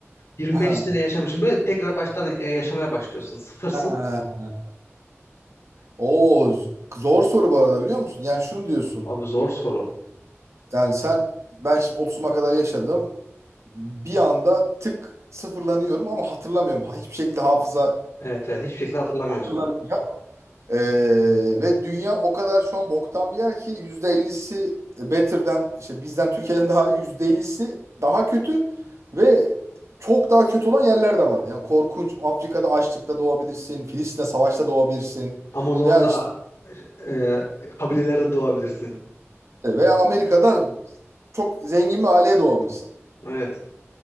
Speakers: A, on the left (about 85°); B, on the right (about 70°).
A: 25
B: Ha.
A: sene yaşamışım böyle tekrar baştan e, yaşamaya başlıyorsun. Sıfırsın.
B: Ha. Oo, z- zor soru bu arada biliyor musun? Yani şunu diyorsun.
A: Abi zor soru.
B: Yani sen ben şimdi 30'uma kadar yaşadım. Bir anda tık sıfırlanıyorum ama hatırlamıyorum. Ha, Hiçbir şekilde hafızamın
A: Evet evet hiçbir şekilde hatırlamıyorsun.
B: hatırlamayacak. Ee, ve dünya o kadar şu an boktan bir yer ki %50'si better'den işte bizden Türkiye'den daha iyi %50'si daha kötü ve çok daha kötü olan yerler de var. Yani korkunç. Afrika'da açlıkta doğabilirsin. Filistin'de savaşta doğabilirsin.
A: Amazon'da
B: Veya
A: e, kabilelerde doğabilirsin.
B: E, Ve Amerika'da çok zengin bir aileye doğabilirsin.
A: Evet.